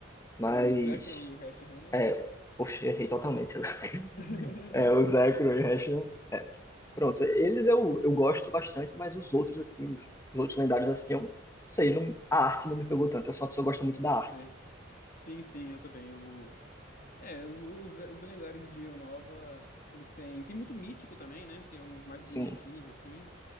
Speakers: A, on the left; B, on the left.
A: Mas.
B: O Zekrom e o Hashan, né?
A: É, poxa, errei totalmente. <laughs>
B: <laughs>
A: É,
B: Não, de
A: o
B: boa.
A: Zekrom e o Rashleigh, é. Pronto, eles eu, eu gosto bastante, mas os outros, assim, os, os outros lendários, assim, eu não sei, não, a arte não me pegou tanto. Eu sou uma pessoa que gosta muito da
B: Pode
A: arte.
B: crer. Sim, sim, eu também. O... É, os, os, os lendários de Nova, eles têm. Tem muito mítico também, né? Tem uns mais
A: Sim.
B: bonitinhos, assim.